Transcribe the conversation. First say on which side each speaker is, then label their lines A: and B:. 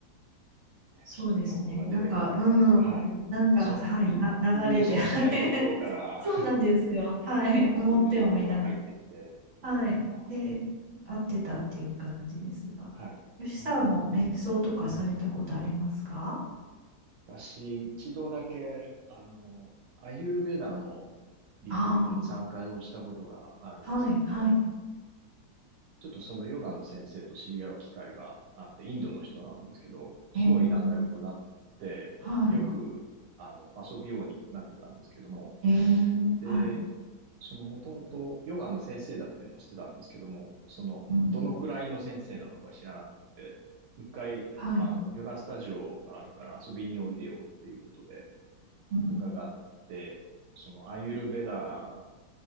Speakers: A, on the right; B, on the right.
A: そうですね。
B: ちょっと日本語が出てこないですけど、
A: なんか、うん、
B: はい。
A: うんなんか、
B: そ、
A: はい、
B: い、
A: な、流れで、
B: 予測しないところから
A: はい <laughs> そうなんですよ。はい、
B: <laughs>
A: 思ってもみなく、
B: そういう情報が入ってきて、
A: はい、
B: あー
A: で、合ってたっていう感じですが、
B: はい。
A: 吉さんも瞑想とかされたことありますか
B: うーん私、一度だけ、あの、アユルベダのリトリートに参加をしたことがあるんですけども、
A: ああ、はい、はい、
B: ちょっとそのヨガの先生と知り合う機会があって、インドの人なんですけど、すごい仲良くなって、
A: えー、はい、
B: よく、あの、遊ぶようになってたんですけども、
A: えー、
B: で、
A: はい、
B: そのもともとヨガの先生だっていうのは知ってたんですけども、その、
A: うん、
B: どのくらいの先生なのか知らなくて、一回、
A: はい、
B: あの、ヨガスタジオがあるから遊びにおいでよっていうことで
A: うん、
B: 伺って、そのアーユルベダー